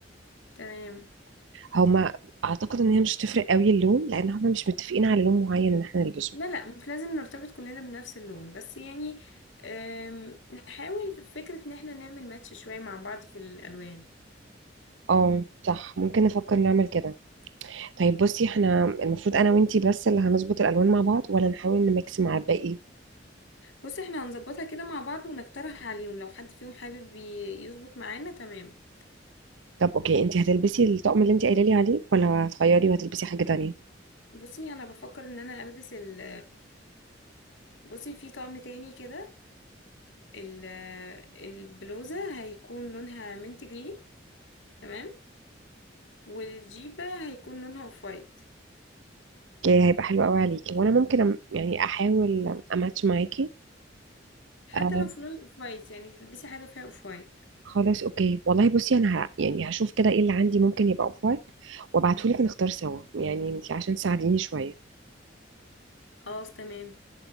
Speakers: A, on the left (about 85°); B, on the right (about 80°).
A: تمام
B: هما أعتقد إن هي مش هتفرق قوي اللون لأن هما مش متفقين على لون معين إن احنا نلبسه
A: لا لا مش لازم نرتبط كلنا بنفس اللون بس يعني أم... نحاول في فكره ان احنا نعمل ماتش شويه مع بعض في الالوان
B: اه صح ممكن نفكر نعمل كده طيب بصي احنا المفروض أنا وإنتي بس اللي هنظبط الألوان مع بعض ولا نحاول نميكس مع الباقي؟
A: بص احنا هنظبطها كده مع بعض ونقترح عليهم لو حد فيهم حابب ي- يظبط معانا تمام
B: طب اوكي انتي هتلبسي الطقم اللي انتي قايله لي عليه ولا هتغيري وهتلبسي حاجة تانية؟
A: بصي انا بفكر ان انا البس ال بصي في طقم تاني كده ال- البلوزة هيكون لونها منت جرين تمام والجيبة هيكون لونها اوف وايت
B: اوكي هيبقى حلو قوي عليكي وانا ممكن أم- يعني احاول اماتش معاكي
A: حتى
B: آه
A: لو في لون اوف وايت يعني تلبسي حاجة فيها اوف وايت
B: خلاص اوكي والله بصي انا ه... يعني هشوف كده ايه اللي عندي ممكن يبقى اوف وايت وابعتهولك نختار سوا يعني انتي عشان تساعديني شويه
A: خلاص تمام